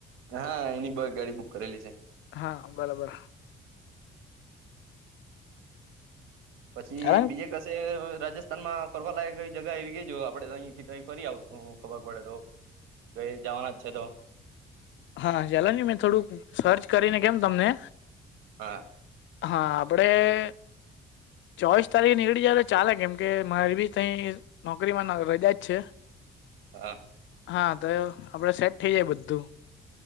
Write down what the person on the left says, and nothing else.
હા, બરાબર
કારણ
હા, ચાલોને મેં થોડુંક સર્ચ કરીને કેમ તમને.
હા, આપણેે ચોવીસ તારીખે નીકળી જાય તો ચાલે કેમ કે મારે બી તઈ નોકરીમાં રજા જ છે.
હા, તો એ આપણે સેટ થઈ જાય બધું